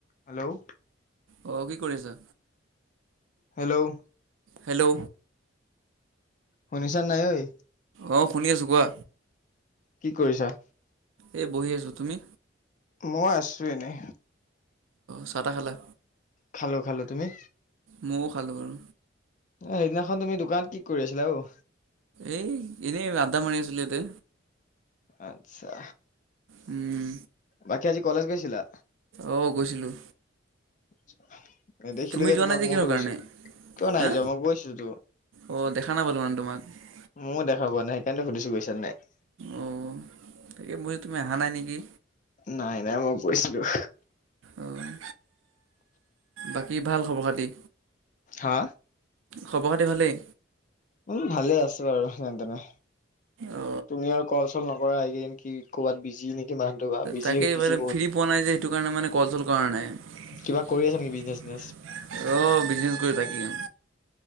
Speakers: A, on the left (about 40°); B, on the right (about 80°).
A: Hello
B: অ কি কৰি আছা?
A: <inaudible> Hello
B: hello?
A: মনিচা নাই অই।
B: অ'! শুনি আছোঁ কোৱা?
A: কি কৰিছা?
B: এই বহি আছোঁ। তুমি?
A: মই আছোঁ এনে।
B: চাহ টা খালা?
A: খালোঁ, খালোঁ। তুমি?
B: মইয়ো খালোঁ বাৰু।
A: সেইদিনাখন তুমি দোকানত কি কৰি আছিলা ঔ?
B: এ, এনেই আদ্দা মাৰি আছিলোঁ ইয়াতে।
A: ইচ্ছা!
B: উম!
A: বাকী আজি কলেজ গৈছিলা?
B: অ'! গৈছিলোঁ।
A: <inaudible> নেদেখিলো
B: তুমি
A: যে
B: যোৱা
A: তোমাক?
B: নাই
A: মইতো
B: কিহৰ কাৰণে?
A: গৈছো, কিয় নাই
B: হা
A: যোৱা, মই গৈছোঁ তো।
B: অ দেখা <inaudible>
A: মইয়ো দেখাপোৱা নাই। সেইকাৰণে, সুধিছোঁ বেছি। <unintelligible>
B: অ তাকে মই তুমি আহা নাই নেকি?
A: নাই, নাই। মই গৈছিলোঁ।
B: অ'! বাকী ভাল খবৰ খাতি?
A: হা?
B: খবৰ খাতি ভালেই।
A: উম! ভালে আছোঁ বাৰু যেনে তেনে।
B: অ
A: তুমি আৰু ক'ল চল নকৰা। এইকেইদিন কি ক'বাত বিজি নেকি? মানুহটো বা বিজি
B: তাকে
A: বিজি
B: মানে,
A: বহুত।
B: ফ্ৰী পোৱা নাই যে। সেইটো কাৰণে মানে, ক'লচল কৰা নাই। অ'!
A: কিবা কৰি আছা নেকি বিজনেচ চিজনেচ?
B: বিজনেছ কৰি থাকিম।